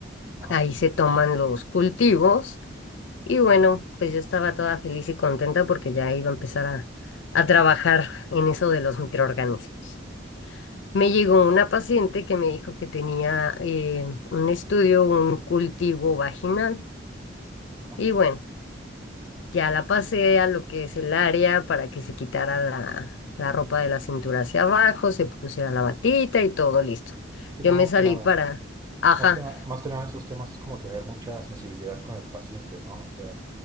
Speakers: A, on the right; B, on the left.
A: Ajá.
B: Ahí se toman los cultivos y bueno, pues yo estaba toda feliz y contenta porque ya iba a empezar a, a trabajar en eso de los microorganismos. Me llegó una paciente que me dijo que tenía eh, un estudio, un cultivo vaginal.
A: ajá.
B: Y bueno, ya la pasé a lo que es el área para que se quitara la, la ropa de la cintura hacia abajo, se pusiera la batita y todo listo.
A: Sí,
B: Yo
A: no,
B: me
A: más
B: salí
A: que nada,
B: para, ajá,
A: más que, na- más que nada esos temas es como tener mucha sensibilidad con el paciente, ¿no? O sea,